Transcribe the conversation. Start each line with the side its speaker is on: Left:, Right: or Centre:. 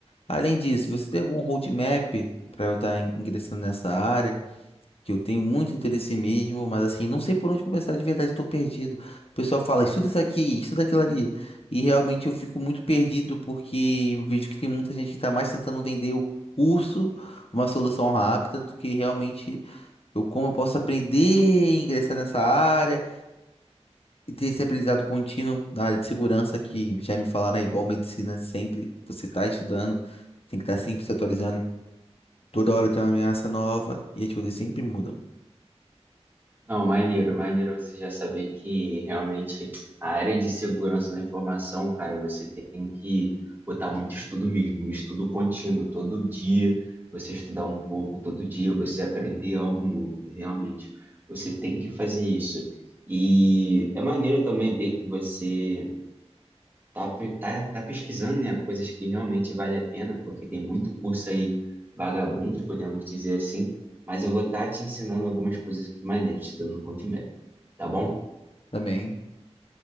Left: Além disso, você tem algum roadmap para eu estar ingressando nessa área? Que eu tenho muito interesse mesmo, mas assim, não sei por onde começar de verdade, estou perdido. O pessoal fala, estuda isso aqui, estuda aquilo ali. E realmente eu fico muito perdido porque eu vejo que tem muita gente que está mais tentando vender o curso, uma solução rápida, do que realmente eu como eu posso aprender e ingressar nessa área e ter esse aprendizado contínuo na área de segurança, que já me falaram, é igual medicina, sempre você está estudando, tem que estar sempre se atualizando. Toda hora tem uma ameaça nova e as coisas sempre mudam
Right: Não, maneiro, maneiro você já saber que realmente a área de segurança da informação, cara, você tem que botar muito estudo mesmo, estudo contínuo, todo dia você estudar um pouco, todo dia você aprender algo novo, realmente você tem que fazer isso. E é maneiro também ver que você tá, pe- tá, tá pesquisando, né, coisas que realmente vale a pena, porque tem muito curso aí vagabundo, podemos dizer assim, mas eu vou estar te ensinando algumas coisas aqui maneiras, te dando roadmap. Tá bom?
Left: também.